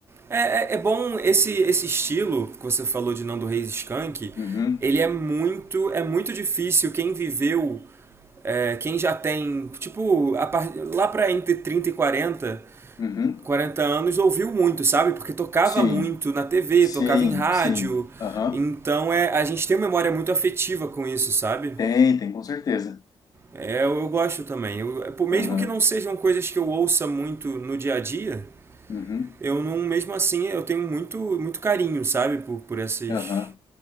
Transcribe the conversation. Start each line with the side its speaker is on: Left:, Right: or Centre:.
Right: É, é, é bom esse, esse estilo que você falou de Nando Reis e Skank,
Left: uhum,
Right: ele é muito, é muito difícil quem viveu é, quem já tem, tipo, a par... lá pra entre 30 e 40,
Left: uhum,
Right: 40 anos, ouviu muito, sabe? Porque tocava
Left: sim,
Right: muito na TV,
Left: sim,
Right: tocava em rádio.
Left: sim, aham,
Right: Então é, a gente tem uma memória muito afetiva com isso, sabe?
Left: Tem, tem, com certeza,
Right: É, eu, eu gosto também. Eu, é, por- mesmo
Left: aham,
Right: que não sejam coisas que eu ouça muito no dia a dia,
Left: uhum,
Right: eu não, mesmo assim, eu tenho muito, muito carinho, sabe? Por, por, esses,
Left: aham.